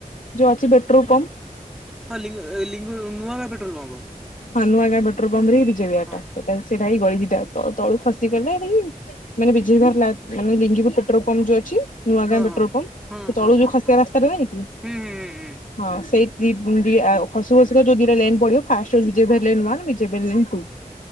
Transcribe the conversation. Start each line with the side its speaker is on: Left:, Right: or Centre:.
Left: ଯୋ ଅଛି ବେଟ୍ର କ
Centre: ହଁ ଲିଙ୍ଗ ଲିଙ୍ଗ ନୁଆଗାଁ ପେଟ୍ରୋଲ ପମ୍ପ।
Left: ହଁ, ନୂଆଗାଁ ପେଟ୍ରୋଲ ପମ୍ପରେ ହିଁ ବିଜୟ ବିହାର
Centre: ହଁ
Left: ଟା ସେଟା ସେଇଟାଇ ଗଳି ଦିଟା ତଳୁ ଖସିଗଲେ ମାନେ ବିଜୟ ବିହାର ମାନେ ଲିଙ୍ଗି ପେଟ୍ରୋଲ ପମ୍ପ ଯୋଉ ଅଛି। ନୂଆ
Centre: ହଁ
Left: ଗାଁ ପେଟ୍ରୋଲ
Centre: ହଁ
Left: ପମ୍ପ
Centre: ହଁ
Left: ତଳୁ
Centre: ହଁ
Left: ଯୋଉ ଖସିଆ
Centre: ହଁ ହଁ
Left: ରାସ୍ତାରେ ନାଇଁ କି
Centre: ହୁଁ ହୁଁ ହୁଁ ହୁଁ
Left: ହଁ ସେଇ ଦ ଖସୁ ଖସୁର ଯୋଉ ଦିଟା ଲେନ ପଡିବ ଫାଷ୍ଟହଉଚି ବିଜୟ ପେହେଲେ ଲେନ ବିଜୟ ପେହେଲେ ଲେନ ଟୁ।